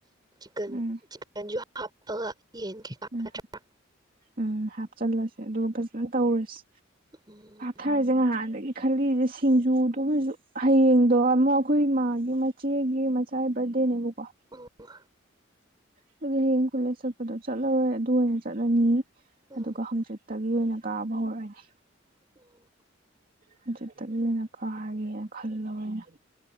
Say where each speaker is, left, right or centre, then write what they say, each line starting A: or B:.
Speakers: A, on the right; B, on the right.
A: ꯆꯤꯛꯀꯟ
B: ꯎꯝ
A: ꯆꯤꯀꯟꯖꯨ ꯍꯥꯞꯄꯒ ꯌꯦꯟ
B: ꯎꯝ
A: ꯅꯠꯇ꯭ꯔꯥ
B: ꯎꯝ ꯍꯥꯞꯆꯤꯜꯂꯁꯦ ꯑꯗꯨꯒ ꯐꯖꯅ ꯇꯧꯔꯁꯤ
A: ꯎꯝ
B: ꯊꯔꯁꯦ ꯉꯍꯥꯟꯗꯒꯤ ꯈꯜꯂꯤꯁꯦ ꯁꯤꯡꯖꯨꯗꯨꯣꯃꯁꯨ ꯍꯌꯦꯡꯗꯣ ꯑꯃꯨꯛ ꯑꯩꯈꯣꯏ ꯏ ꯃꯥꯒꯤ ꯏꯆꯦꯒꯤ ꯃꯆꯥꯒꯤ ꯕꯥꯔꯗꯦꯅꯦꯕꯀꯣ
A: ꯑꯣ
B: ꯑꯗꯨꯗꯤ ꯍꯌꯦꯡ ꯀꯣꯂꯦꯖ ꯆꯠꯄꯗꯣ ꯆꯠꯂꯔꯣꯏ ꯑꯗꯨ ꯑꯣꯏꯅ ꯆꯠꯂꯅꯤ
A: ꯎꯝ
B: ꯑꯗꯨꯒ ꯍꯪꯆꯠ ꯇꯒꯤ ꯑꯣꯏꯅ ꯀꯥꯕ ꯍꯧꯔꯛꯑꯅꯦ
A: ꯑꯣ
B: ꯍꯧꯖꯤꯠꯇꯕꯤꯅ ꯀꯥꯒꯦꯅ ꯈꯜꯂꯕ ꯑꯩꯅ